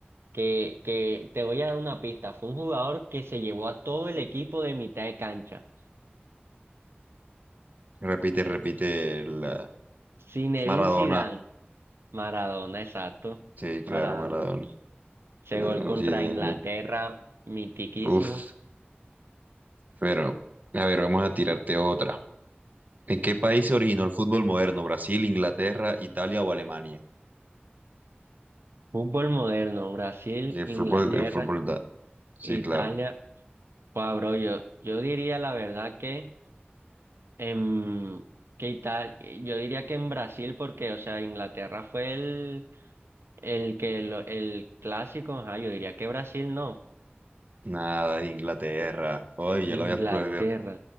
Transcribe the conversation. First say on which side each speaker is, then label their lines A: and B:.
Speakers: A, on the right; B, on the right.
A: Que, que te voy a dar una pista. Fue un jugador que se llevó a todo el equipo de mitad de cancha.
B: Repite, repite la
A: Zinedine
B: Maradona.
A: Zidane. Maradona, exacto.
B: Sí,
A: Maradona.
B: claro, Maradona.
A: Ese
B: No,
A: gol
B: no
A: contra
B: tiene.
A: Inglaterra,
B: no-
A: mitiquísimo.
B: Uf. Pero, a ver, vamos a tirarte otra. ¿En qué país se originó el fútbol moderno? ¿Brasil, Inglaterra, Italia o Alemania?
A: Fútbol moderno, Brasil,
B: Y El
A: Inglaterra,
B: fútbol, el fútbol da. Sí,
A: Italia.
B: claro.
A: Wow, bro, yo, yo diría la verdad que En, ¿qué tal? Eh, Yo diría que en Brasil, porque, o sea, Inglaterra fue el, el que lo- el clásico, ajá, yo diría que Brasil no.
B: Nada, es Inglaterra. Hoy ya
A: Inglaterra.
B: lo había, prohibido,